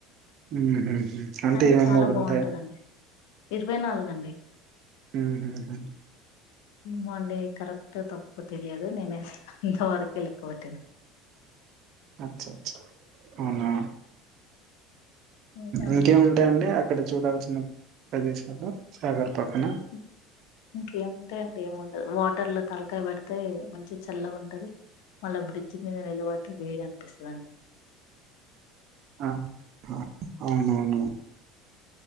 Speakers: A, on the right (about 55°); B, on the left (about 70°).
A: ఊహు హు అంటే
B: కానీ
A: ఇరవై
B: చాలా
A: మూడు
B: బాగుంటదండి
A: ఉంటాయా
B: ఇరవై నాలుగు అండి
A: ఊహుహు
B: ఏమో అండి కరెక్టో తప్పో తెలియదు నేనైతే అంతవరకే లెక్క పెట్టిన
A: అచ్చచ్చ అవునా
B: ఇంకా అండి
A: ఇంకేమున్ అంతే అండి అక్కడ చూడాల్సిన ప్రదేశాలు సాగర్ పక్కన
B: ఉం ఇంకేముంటాయండి ఏముండదు వాటర్ లో తలకాయ పెడితే మంచిగ చల్లగుంటది మళ్ళ బ్రిడ్జ్ మీద నిలబడితే వేడి అనిపిస్తదండి
A: ఆ హా అవునవును